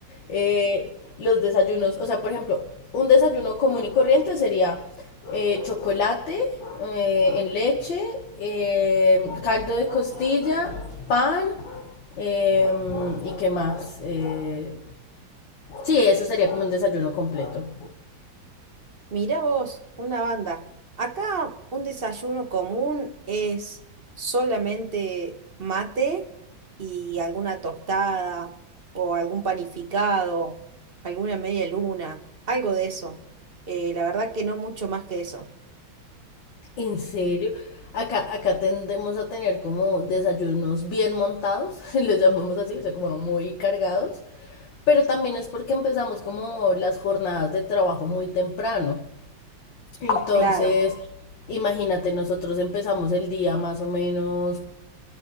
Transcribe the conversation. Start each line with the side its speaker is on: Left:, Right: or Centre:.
Left: Eh, los desayunos, o sea, por ejemplo, un desayuno común y corriente sería eh, chocolate eh, en leche, eh, caldo de costilla, pan em, y qué más. Eh, sí, eso sería como un desayuno completo.
Right: Mirá vos, una banda. Acá un desayuno común es solamente mate y alguna tostada o algún panificado, alguna media luna, algo de eso. Eh, la verdad que no mucho más que eso.
Left: ¿En serio? Acá, acá tendemos a tener como desayunos bien montados, <laughs> los llamamos así, o sea, como muy cargados, pero también es porque empezamos como las jornadas de trabajo muy temprano. Entonces,
Right: Claro,
Left: imagínate, nosotros empezamos el día más o menos